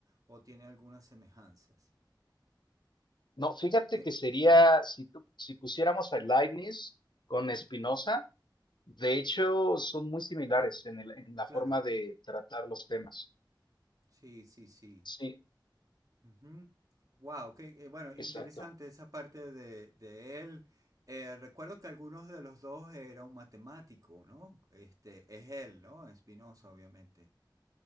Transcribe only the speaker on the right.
o tiene algunas semejanzas.
Eh,
claro,
sí, sí, sí.
Ujú. Wow, qué, eh, bueno, interesante
esa parte de, de él. Eh, recuerdo que algunos de los dos era un matemático, ¿no? Este, es él, ¿no? Spinoza, obviamente.